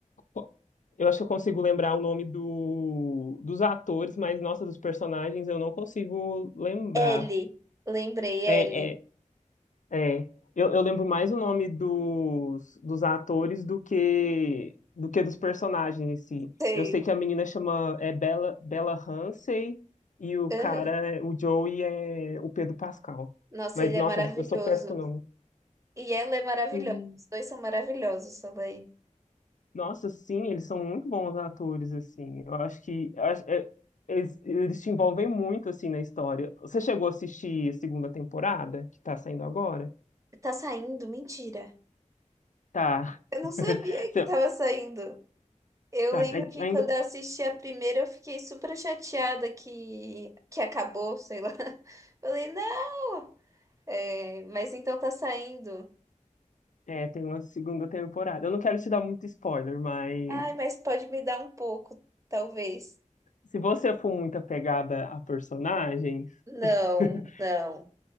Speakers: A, on the left; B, on the right.
A: co- Eu acho que eu consigo lembrar o nome do, dos atores, mas, nossa, dos personagens eu não consigo lembrar.
B: Ellie. Lembrei,
A: É,
B: Ellie.
A: é, é. Eu, eu lembro mais o nome dos, dos atores do que, do que dos personagens em si.
B: Sei.
A: Eu sei que a menina chama é Bella, Bella Ramsey e o
B: Aham.
A: cara, o Joey, é o Pedro Pascal.
B: Nossa,
A: Mas,
B: ele
A: nossa,
B: é maravilhoso.
A: eu sou péssimo com o
B: E ela é maravilhosa.
A: nome.
B: Os dois são maravilhosos, daí.
A: Nossa, sim, eles são muito bons atores, assim. Eu acho que eu acho- é- eles, eles te envolvem muito, assim, na história. Você chegou a assistir a segunda temporada, que tá saindo agora?
B: Tá saindo? Mentira.
A: Tá.
B: Eu não
A: <laughs>
B: sabia que
A: Você-
B: tava saindo. Eu
A: Tá,
B: lembro
A: aí
B: que
A: ainda
B: quando eu assisti a primeira, eu fiquei super chateada que, que acabou, sei lá. <laughs> Falei, não! É, mas então tá saindo.
A: é, tem uma segunda temporada. Eu não quero te dar muito spoiler, mas
B: Ai, mas pode me dar um pouco, talvez.
A: se você for muito apegada a personagens,
B: Não,
A: <laughs>
B: não.